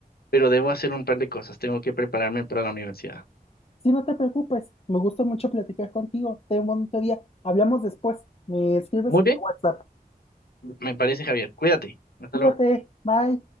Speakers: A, on the left (about 80°); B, on the left (about 40°).
A: pero debo hacer un par de cosas. Tengo que prepararme para la universidad.
B: Sí, no te preocupes, me gusta mucho platicar contigo. Ten un bonito día. Hablamos después. Me escribes
A: Muy
B: por
A: bien,
B: WhatsApp.
A: me parece, Javier. Cuídate. Hasta
B: Cuídate,
A: luego.
B: bye.